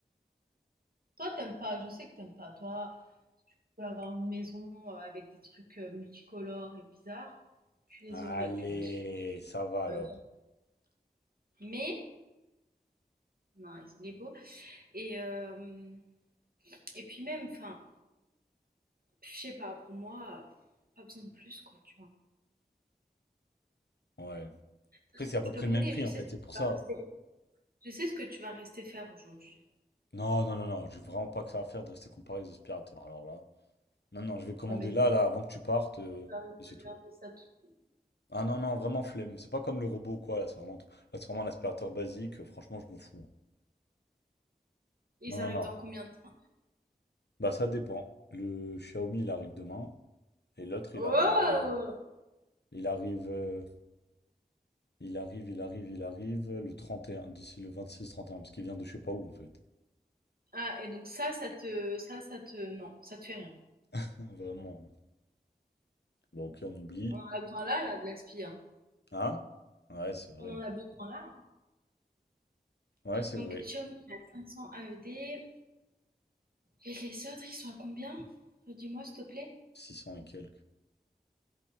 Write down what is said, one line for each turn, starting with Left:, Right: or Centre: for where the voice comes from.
Right: Toi, t'aimes pas, je sais que t'aimes pas. Toi, si tu peux avoir une maison euh, avec des trucs euh, multicolores et bizarres, tu les
Left: Allez,
Right: aurais, tu vois. ce-
Left: ça va alors.
Right: euh, Mais, non, il est beau. Et, euh, et puis même, enfin, je sais pas, pour moi, pas besoin de plus, quoi, tu vois.
Left: Ouais.
Right: De
Left: Après,
Right: toute
Left: c'est
Right: façon,
Left: à peu
Right: je te
Left: près
Right: connais,
Left: le même prix
Right: je sais
Left: en fait,
Right: ce que
Left: c'est pour
Right: tu vas
Left: ça.
Right: rester, je sais ce que tu vas rester faire aujourd'hui.
Left: Non, non, non, non, j'ai vraiment pas que ça à faire de rester comparé aux aspirateurs. Alors là, non, non, je vais commander
Right: Tu vas mettre
Left: là,
Right: des
Left: là, avant que tu partes, euh,
Right: tu vas
Left: et c'est
Right: regarder
Left: tout.
Right: ça tout de suite.
Left: Ah non, non, vraiment flemme. C'est pas comme le robot ou quoi, là, c'est vraiment, là, c'est vraiment un aspirateur basique. euh, Franchement, je m'en fous. hein.
Right: Ils
Left: Non, non,
Right: arrivent
Left: non.
Right: dans combien de temps?
Left: Bah ça dépend. Le Xiaomi il arrive demain et l'autre il
Right: Oh!
Left: arrive euh, il arrive euh, il arrive il arrive il arrive le 31 d'ici le vingt six trente et un parce qu'il vient de je sais pas où en fait.
Right: Ah, et donc ça, ça te, ça, ça te, non, ça te fait rien.
Left: <laughs> Vraiment. Bon OK, on oublie.
Right: On en a besoin là, là, de la hein.
Left: Hein? Ouais, c'est vrai.
Right: On en a besoin là. hein.
Left: Ouais, c'est
Right: Donc
Left: vrai.
Right: Xiaomi à 500 AED. Et les autres, ils sont à combien? Redis-moi, s'il te plaît.
Left: six cents et quelques.